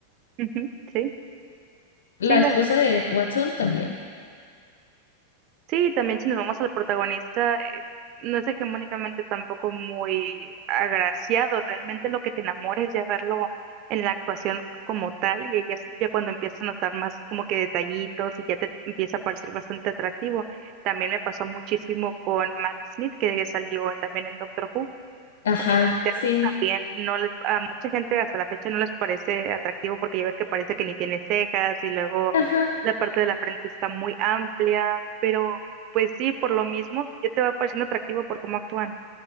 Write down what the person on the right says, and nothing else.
ujú, sí,
sí, la
verdad.
sí.
Sí, también si nos vamos al protagonista, eh, no es hegemónicamente tampoco muy agraciado. Realmente lo que te enamora es ya verlo en la actuación como tal y ya, es- ya cuando empiezas a notar más como que detallitos y ya te empieza a parecer bastante atractivo. También me pasó muchísimo con Matt Smith, que salió también en Doctor Who.
Como el onceavo
también no les, a mucha gente hasta la fecha no les parece atractivo porque ya ves que parece que ni tiene cejas y luego
la parte de la frente está muy amplia, pero pues sí, por lo mismo, ya te va pareciendo atractivo por cómo actúan.